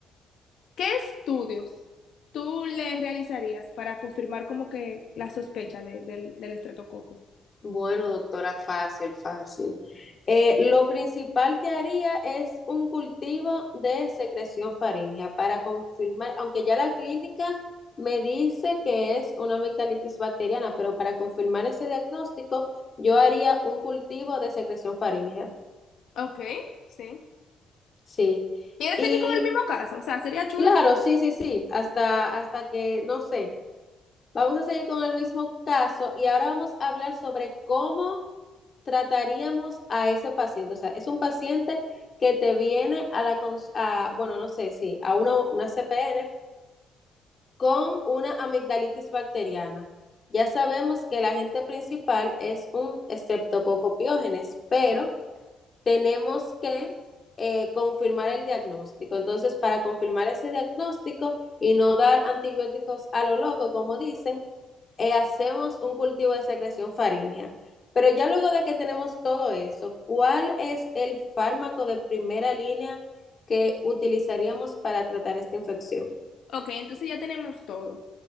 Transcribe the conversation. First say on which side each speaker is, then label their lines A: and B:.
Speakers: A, on the left; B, on the left.
A: qué estudios tú le realizarías para confirmar como que la sospecha de- del, del estreptococo?
B: Bueno, doctora, fácil, fácil. Eh, lo principal que haría es un cultivo de secreción faríngea para confirmar, aunque ya la clínica me dice que es una amigdalitis bacteriana, pero para confirmar ese diagnóstico, yo haría un cultivo de secreción faríngea.
A: Ok, sí.
B: Sí.
A: ¿Quieres
B: Y
A: seguir con el mismo caso? O sea, sería chulo
B: claro, sí, sí, sí, hasta, hasta que, no sé, vamos a seguir con el mismo caso y ahora vamos a hablar sobre cómo trataríamos a ese paciente? O sea, es un paciente que te viene a la, cons- a, bueno, no sé, sí, a una, una CPN con una amigdalitis bacteriana. Ya sabemos que el agente principal es un estreptococo estreptococopiógenes, pero tenemos que eh, confirmar el diagnóstico. Entonces, para confirmar ese diagnóstico y no dar antibióticos a lo loco, como dicen, eh, hacemos un cultivo de secreción faríngea. Pero ya luego de que tenemos todo eso, ¿cuál es el fármaco de primera línea que utilizaríamos para tratar esta infección?
A: Ok, entonces ya tenemos todo.